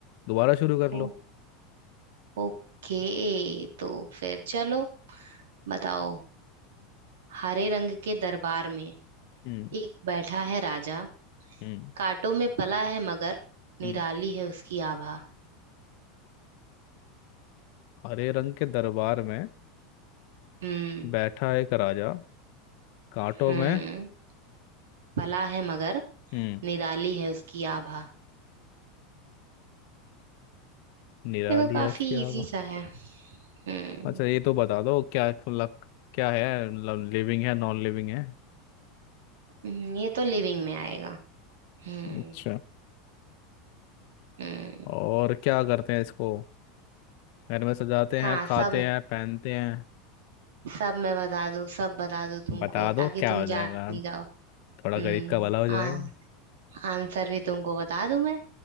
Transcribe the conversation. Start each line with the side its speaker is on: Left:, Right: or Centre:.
Left: दोबारा शुरू कर
Right: ओ,
Left: लो
Right: ओके तो फिर चलो बताओ हरे रंग के दरबार में
Left: हम्म
Right: एक बैठा है राजा
Left: हम्म
Right: कांटों में पला है मगर निराली
Left: हम्म।
Right: है उसकी आभा
Left: हरे रंग के दरबार में
Right: हम्म
Left: बैठा एक राजा कांटों
Right: हम्म
Left: में
Right: पला है मगर
Left: हम्म
Right: निराली है उसकी आभा
Left: निराली
Right: देखो काफी
Left: आशियावा
Right: इजी सा है हम्म
Left: अच्छा ये तो बता दो क्या लक क्या है लिविंग है नॉन लिविंग है
Right: हम्म, ये तो लिविंग में आएगा हम्म
Left: अच्छा
Right: हम्म
Left: और क्या करते हैं इसको घर में सजाते हैं
Right: हाँ
Left: खाते
Right: सब
Left: हैं पहनते हैं
Right: सब मैं बता दूं सब बता दूं तुमको
Left: बता
Right: ताकि
Left: दो क्या
Right: तुम
Left: हो
Right: जान
Left: जाएगा
Right: जाओ
Left: थोड़ा
Right: हम्म
Left: गरीब का भला हो जाएगा
Right: आ, आंसर भी तुमको बता दूं मैं